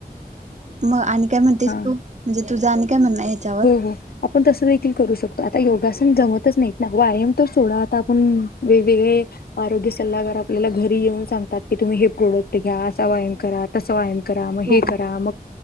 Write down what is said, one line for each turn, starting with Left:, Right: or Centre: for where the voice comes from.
Right: मग आणि काय म्हणतेस
Left: हा
Right: तू म्हणजे तुझं आणि काय म्हण ह्याच्या
Left: हो हो आपण तसं देखील करू शकतो आता योगासन जमतच नाहीत ना व्यायाम तर सोडा आता आपण वेग वेगळे आरोग्य सल्लागार आपल्याला घरी येऊन सांगतात की तुम्ही हे प्रोडक्ट घ्या असा व्यायाम करा तसं व्यायाम करा मग
Right: हो
Left: हे करा मग